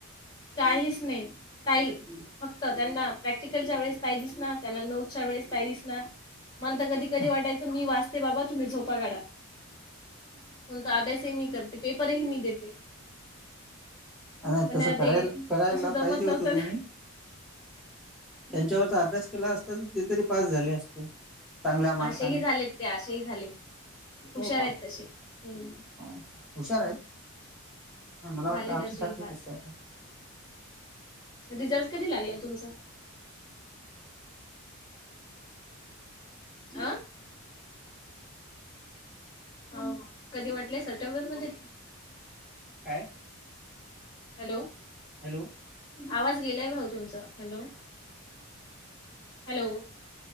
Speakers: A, on the left; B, in the centre.
A: काहीच नाही. ताई फक्त त्यांना प्रॅक्टिकलच्या वेळेस ताई दिसणार. त्यांना नोटच्या वेळेस ताई दिसनार, मला तर कधी. कधी
B: हा
A: वाटायच मी वाचते बाबा, तुम्ही झोपा काढा तुमचा अभ्यास. ते मी करते पेपरही मी देते.
B: नाही
A: पण
B: तसं करायला
A: ते
B: करायला,
A: तसं जमत
B: पाहिजे
A: नव्हतं
B: होतं तुम्ही.
A: ना.
B: त्यांच्यावरचा अभ्यास केला असता, तर ते तरी पास झाले असते. चांगल्या मार्काने
A: अशा ही झाले ते अशा ही झाले, हुशार
B: हो का
A: आहेत तसे हम्म.
B: हा. हुशार आहेत, नाही मला
A: झाले
B: वाटलं आमच्यासारखेच
A: तसे पास
B: आहेत काय.
A: रिझल्ट कधी लागला तुमचा. आ.. हो कधी म्हटलेय सप्टेंबर मध्ये.
B: काय?
A: हॅलो.
B: हॅलो.
A: आवाज गेलाय, भाऊ तुमचा hello. Hello.